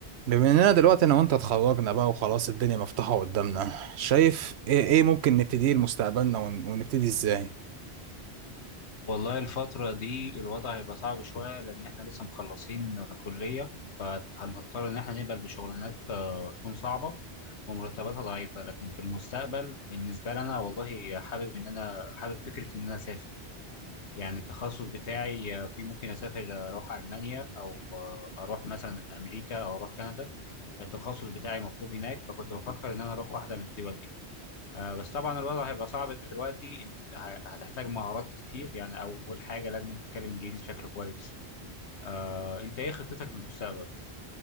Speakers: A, on the right; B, on the left.
A: بما اننا دلوقتي انا وانت اتخرجنا بقى وخلاص الدنيا مفتوحة قدامنا شايف ايه ايه ممكن نبتديه لمستقبلنا ون- ونبتدي ازاي
B: والله الفترة دي الوضع هيبقى صعب شوية لأن إحنا لسه مخلصين كلية فهنضطر إن إحنا نقبل بشغلانات آه، تكون صعبة ومرتباتها ضعيفة لكن في المستقبل بالنسبة لنا والله حابب إن أنا حابب فكرة إن أنا أسافر يعني التخصص بتاعي آه، فيه ممكن أسافر آه، أروح ألمانيا أو آه، أروح مثلا أمريكا أو أروح كندا التخصص بتاعي مطلوب هناك فكنت بفكر إن أنا أروح واحدة من الدول دي آه، بس طبعا الوضع هيبقى صعب دلوقتي إن- ه- هتحتاج مهارات كتير يعني اول حاجه لازم تتكلم انجليزي بشكل كويس آه، انت ايه خطتك للمستقبل